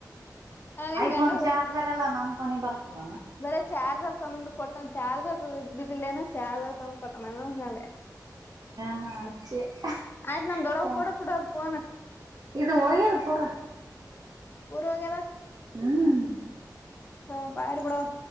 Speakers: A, on the left; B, on the right.
A: ನನ್
B: ಐಫೋನ್
A: ಗಂಡ
B: ಚಾರ್ಜರ್ ಎಲ್ಲ ನನ್ ಫೋನಿಂಗ್ ಬರ್ತದ
A: ಬರ ಚಾರ್ಜರ್ ತಂದು ಕೊಟ್ಟ ಚಾರ್ಜರ್ ಇದ್ದಿದ್ದಿಲ್ಲೇನ ಚಾರ್ಜರ್ ತಂದು ಕೊಟ್ಟನ ಇನಂದ ಮೇಲೆ
B: ನಾಚೇ <unintelligible>
A: ಆಯ್ತ್ ನಮ್ ದೊಡ್ಡವ ಕೊಡ ಬಿಡೋರ್ ಫೋನ್
B: ಇದು ಓಯ್ಯಾದ ಪೂರ
A: ಪರ್ವಾಗದ <unintelligible>
B: ಹ್ಮ್
A: ಹ ಬರಿ <unintelligible> ಬಡಾವ್ವ